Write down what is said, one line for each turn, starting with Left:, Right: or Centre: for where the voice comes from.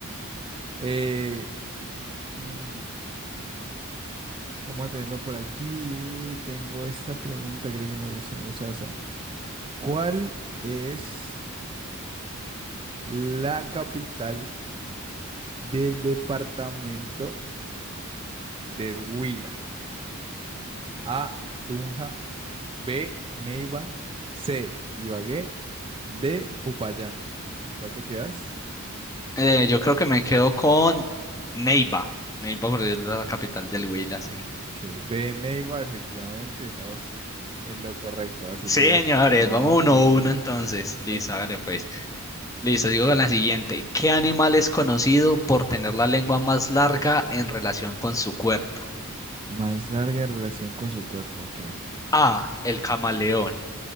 Right: Eh. mm, Vamos a tenerlo por aquí. Tengo esta pregunta, creo que me gusta, me gusta bastante. ¿Cuál es la capital del departamento del Huila? A, Tunja, B, Neiva, C, Ibagué, D, Popayán. ¿Con cuál te quedas?
Left: Eh, yo creo que me quedo con Neiva. Neiva porque es la capital del Huila, sí.
Right: Ah, Ok, B, Neiva, efectivamente, estamos en lo correcto, así
Left: Sí,
Right: que
Left: señores,
Right: bueno,
Left: vamos
Right: vamos
Left: 1
Right: uno a uno.
Left: uno entonces.
Right: Vamos
Left: Listo,
Right: uno a uno.
Left: hágale pues. Listo, sigo con la siguiente. ¿Qué animal es conocido por tener la lengua más larga en relación con su cuerpo?
Right: Más larga en relación con su cuerpo, ok.
Left: A, el camaleón.